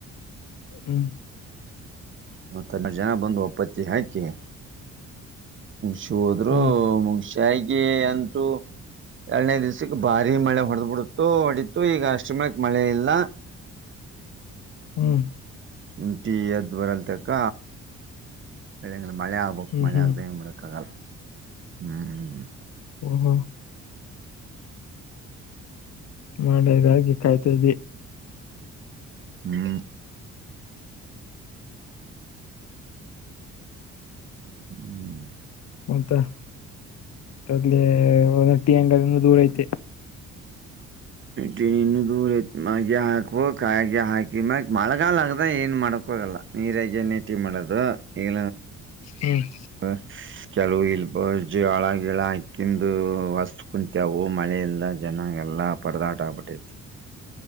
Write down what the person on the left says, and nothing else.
ಹ್ಮ್
ಹ್ಮ್
ಹ್ಮ್
ಹ್ಮ್
ಹ್ಮ್
ಹ್ಮ ಹಾ ಮಾಡಗಾಗಿ ಕಾಯ್ತಾದದೆ
ಮಂತ ಅದಲೆ ಒಟಿ ಅಂಗ ದೂರ ಐತೆ
ಹ್ಮ್